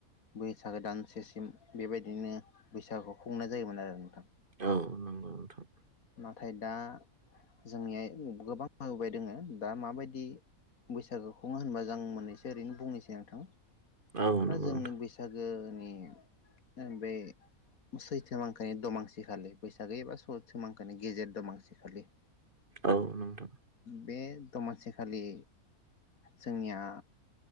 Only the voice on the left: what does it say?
बैसागो दानसेसिम बेबायदिनो बैसागु खुंनाय जायोमोन आरो नोंथां।
थाय दा जोंनिया गोबां होबाय दङो दा माबायदि बैसागो खङो होनबा जोंं मोननैसो ओरैनो बुंनोसै नोंथां।
दा
जोंनि
बैसागो नि ओ बे सैथो मांखानि दमांसिखालि, बैसागो एबा सैथ मांखानि गेजेर दमांसि खालि
बे दमासिखालि जोंनिया